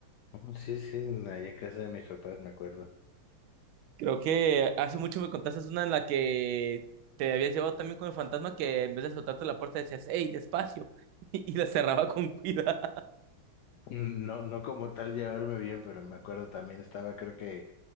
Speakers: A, on the left; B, on the right.
A: Mm, Sí, sí, allá en casa de mis papás me acuerdo.
B: <laughs> Creo que hace mucho me contaste una en la que te habías llevado también con el fantasma que en vez de soltarte la puerta decías, hey, despacio, <laughs> y la cerraba con cuidado.
A: Mm, No, no como tal llevarme bien, pero me acuerdo también estaba creo que